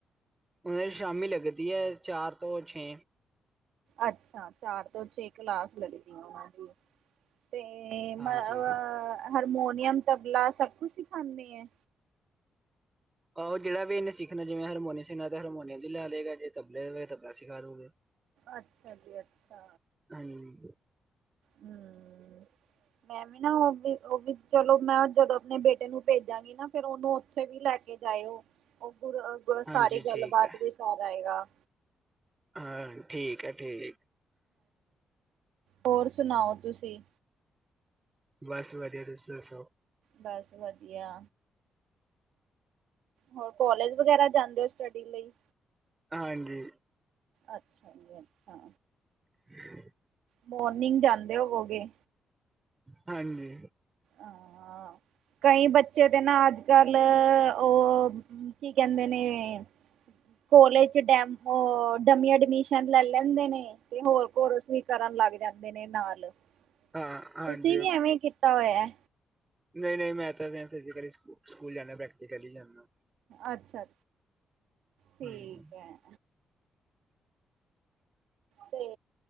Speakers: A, on the right; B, on the right.
A: ਉਹ ਸ਼ਾਮੀ ਲੱਗਦੀ ਹੈ। ਚਾਰ ਤੋਂ ਛੇ
B: ਅੱਛਾ। ਚਾਰ ਤੋਂ ਛੇ ਕਲਾਸ ਲੱਗਦੀ ਉਹਨਾਂ ਦੀ। ਤੇ ਮ
A: ਹਾਂਜੀ
B: ਅ ਹਰਮੋਨੀਅਮ, ਤਬਲਾ ਸਭ ਕੁਛ ਸਿਖਾਦੇ ਆ।
A: ਆਹੋ। ਜਿਹੜਾ ਇੰਨੇ ਸਿੱਖਣਾ ਜਿਵੇਂ ਹਰਮੋਨ ਸਿੱਖਣਾ, ਹਰਮੋਨੀਅਮ ਲੈ ਲਗਾ। ਜੇ ਤਬਲੇ ਹੋ ਤਬਲਾ ਸਿਖਾ ਦੂਗਾ
B: ਅੱਛਾ ਜੀ-ਅੱਛਾ,
A: ਹਾਂਜੀ
B: ਹੂੰ
A: <unintelligible>
B: ਮੈਂ ਵੀ ਨਾ ਉਹ ਵੀ-ਉਹ ਵੀ ਚਲੋ ਮੈਂ ਜਦੋਂ ਆਪਣੇ ਬੇਟੇ ਨੂੰ ਭੇਜਾਂਗੀ ਨਾ। ਫੇਰ ਉਹਨੂੰ। ਫੇਰ ਵੀ ਲੈ ਕੇ ਜਾਇਓ। ਉਹ ਪ ਪੂ
A: ਹਾਂਜੀ
B: ਸਾਰੀ ਗੱਲਬਾਤ
A: ਠੀਕ ਹੈ
B: ਵੀ ਕਰ ਆਏਗਾ।
A: ਹਾਂ। ਠੀਕ ਹੈ-ਠੀਕ
B: ਹੋਰ ਸੁਣਾਓ, ਤੁਸੀਂ?
A: ਬਸ ਵਧੀਆ, ਤੁਸੀਂ ਦੱਸੋ?
B: ਬਸ ਵਧੀਆ। ਹੋਰ ਕੋਲੇਜ ਵਗੈਰਾ ਜਾਂਦੇ ਔ ਸਟੱਡੀ ਲਈ।
A: ਹਾਂਜੀ।
B: ਅੱਛਾ ਜੀ ਅੱਛਾ।
A: <inaudible>
B: ਮੋਰਨਿੰਗ ਜਾਂਦੇ ਹੋਵੋਗੇ?
A: ਹਾਂਜੀ।
B: ਆ। ਕਈ ਬੱਚੇ ਤੇ ਨਾ ਅੱਜ-ਕੱਲ ਓ ਕੀ ਕੈੰਦੇ ਨੇ ਕੋਲੇਜ ਚ ਡੈਮ ਹੋਰ ਡਮੀ ਐਡਮਿਸ਼ਨ ਲੈ ਲੈਂਦੇ ਨੇ, ਤੇ ਹੋਰ ਕੋਰਸ ਵੀ ਕਰਨ ਲੱਗ ਜਾਂਦੇ ਨੇ ਨਾਲ। ਤੁਸੀਂ
A: ਹਾਂ ਹਾਂਜੀ
B: ਨੀ ਐਵੇਂ ਈ ਕੀਤਾ ਹੋਇਆ?
A: ਨਹੀਂ ਨਹੀਂ ਮੈਂ ਤਾਂ ਮੈਂ ਫਿਜੀਕਲੀ ਸਕੂਲ ਜਾਣਾ, ਪ੍ਰੈਕਟੀਕਲੀ ਜਾਣਾ।
B: ਅੱਛਾ-ਅੱਛਾ, ਠੀਕ
A: ਹਾਂਜੀ
B: ਹੈ।
A: <inaudible>
B: ਤੇ